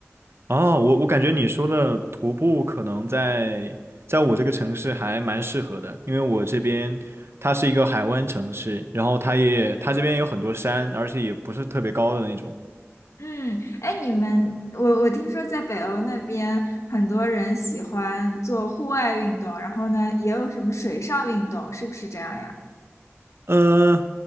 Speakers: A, on the right (about 60°); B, on the left (about 85°).
A: 哦，我我感觉你说的徒步可能在在我这个城市还蛮适合的，因为我这边它是一个海湾城市，然后它也它这边有很多山，而且也不是特别高的那种。
B: 嗯，哎，你们，我我听说在北欧那边很多人喜欢做户外运动，然后呢，也有什么水上运动，是不是这样呀？
A: 嗯，